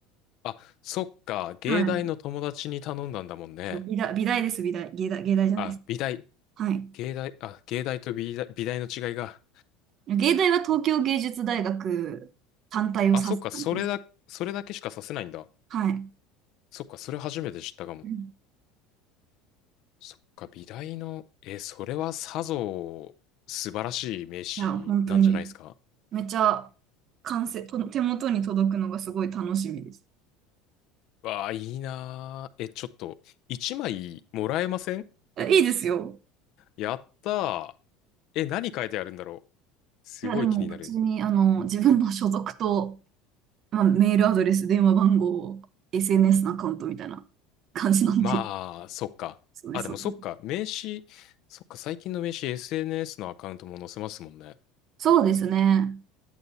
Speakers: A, on the left (about 60°); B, on the right (about 50°).
A: あ、そっか、芸大の友達に頼んだんだもんね。
B: はい。そう、美大、美大です、美大。芸大、芸大じゃないです。
A: あ、美大、
B: はい。
A: 芸大、あ、芸大と美大、美大の違いが。
B: 芸大は東京芸術大学単体を指す感じです。
A: あ、そっか、それだ、それだけしかさせないんだ。
B: はい。
A: そっか、それ初めて知ったかも。
B: うん
A: そっか、美大の、え、それはさぞ、素晴らしい名刺なんじゃないですか
B: いや、本当に、めちゃ完成、と手元に届くのがすごい楽しみです。
A: わあ、いいなぁ。え、ちょっと、一枚もらえません
B: えいいですよ。
A: やったー。え、何書いてあるんだろう。すごい気になる。
B: いや、でも、普通に、あの、
A: うん
B: 自分の所属と、まあ、メールアドレス、電話番号、SNS のアカウントみたいな感じなんで。
A: まあ、そっか。
B: <laughs> そうです、
A: あ、でもそっか。
B: そうです。
A: 名刺、そっか、最近の名刺 SNS のアカウントも載せますもんね。
B: そうですね。